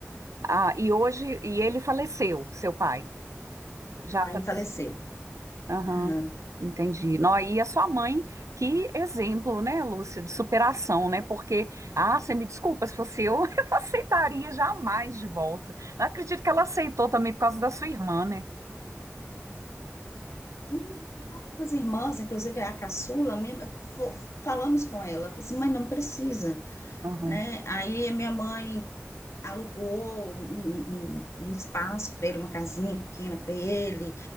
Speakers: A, on the right; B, on the left.
A: Ah, e hoje, e ele faleceu, seu pai. Já
B: aí
A: faleceu.
B: faleceu.
A: Aham,
B: Aham.
A: entendi. Nó, e a sua mãe, que exemplo, né, Lúcia, de superação, né? Porque, ah, você me desculpa, se fosse eu, <laughs> eu não aceitaria jamais de volta. Não acredito que ela aceitou também por causa da sua irmã, né?
B: Hum, As irmãs, inclusive a caçula, minha, fo- falamos com ela, falou assim, mãe, não precisa,
A: Aham,
B: né, aí a minha mãe alugou um, um- um- um espaço para ele, uma casinha pequena para ele,